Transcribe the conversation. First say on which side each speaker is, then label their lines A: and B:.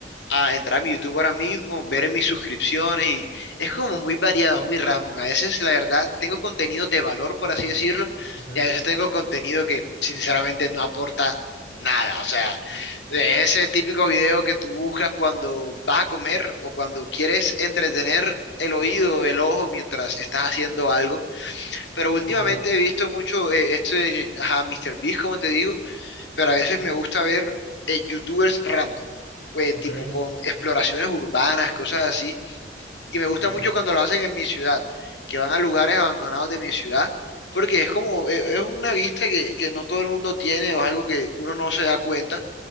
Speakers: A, on the left (about 80°); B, on the left (about 65°).
A: a entrar a mi YouTube ahora mismo, ver en mis suscripciones y es como muy variado, muy random. A veces, la verdad, tengo contenido de valor, por así decirlo,
B: Ok,
A: y a veces tengo contenido que sinceramente no aporta nada. O sea, de ese típico video que tú buscas cuando vas a comer o cuando quieres entretener el oído, el ojo mientras estás haciendo algo. Pero últimamente
B: ok,
A: he visto mucho eh, este, eh, ajá, Mr. Beast, como te digo pero a veces me gusta ver eh, youtubers random, eh,
B: ok,
A: tipo con exploraciones urbanas, cosas así, y me gusta
B: ok,
A: mucho cuando lo hacen en mi ciudad, que van a lugares abandonados de mi ciudad, porque es como, eh, es una vista que, que no todo el mundo tiene o es algo que uno no se da cuenta.